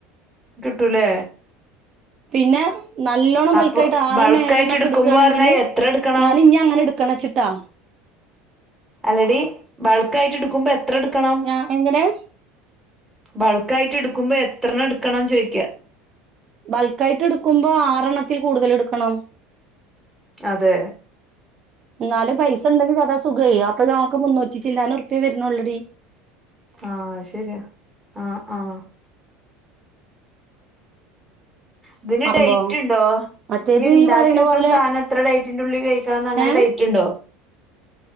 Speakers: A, on the right; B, on the right.
A: കിട്ടു ലേ
B: പിന്നെ നല്ലോണ്ണം
A: അപ്പൊ
B: ബൾക്കായിട്ട് ആറെണ്ണം
A: ബൾക്കായിട്ട്
B: ഏഴെണ്ണൊക്കെട്ക്കാണെങ്കില്
A: എടുക്കുമ്പോ പറഞ്ഞാ എത്ര എടുക്കണം
B: ഞാന് ഇഞ് അങ്ങനെ ഇട്ക്കണച്ചിട്ടാ
A: അല്ലടീ ബൾക്കായിട്ട് ട്ക്കുമ്പോ എത്രട്ക്കണം?
B: ആഹ് എങ്ങനെ
A: ബൾക്ക് ആയിട്ട് ഇടുക്കുമ്പോ എത്രണം ഇടുക്കണംന്ന് ചോയ്ക്കാ
B: ബൾക്കായിട്ട് ഇടുക്കുമ്പോ ആറെണ്ണത്തിൽ കൂടുതൽ എടുക്കണം.
A: അതെ
B: ഇന്നാലും പൈസണ്ടെങ്കി അതാ സുഖേയ് അപ്പൊ ഞമക്ക് മുന്നൂറ്റി ചില്ലാന ഉറുപ്യേ വരുന്നൊള്ളടി
A: ആഹ് അഹ് ശര്യാ ആഹ് ആഹ് ഇതിന്
B: അപ്പൊ
A: ഡേറ്റ് ണ്ടോ.
B: മറ്റേത്
A: ഈ ഇണ്ടാക്കി
B: പറയണ
A: വെക്ണ
B: പോലെ
A: സാനം ഇത്ര ഡേറ്റിന്റുള്ളിൽ കഴിക്കണംന്ന് അങ്ങനെ
B: ഏ
A: ഡേറ്റ് ണ്ടോ?